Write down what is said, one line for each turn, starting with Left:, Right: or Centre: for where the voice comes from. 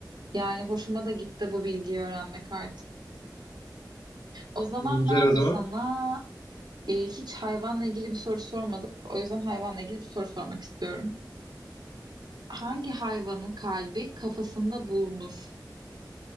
Right: Yani hoşuma da gitti bu bilgiyi öğrenmek artık. O zaman
Left: Güzel
Right: ben
Left: o
Right: de
Left: zaman.
Right: sana e, hiç hayvanla ilgili bir soru sormadık. O yüzden hayvanla ilgili bir soru sormak istiyorum. Hangi hayvanın kalbi kafasında bulunur?